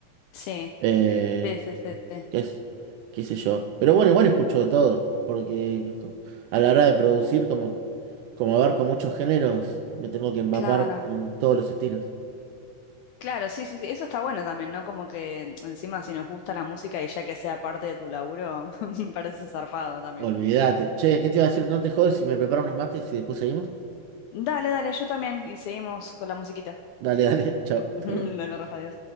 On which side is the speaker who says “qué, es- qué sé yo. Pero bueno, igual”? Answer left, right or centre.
Right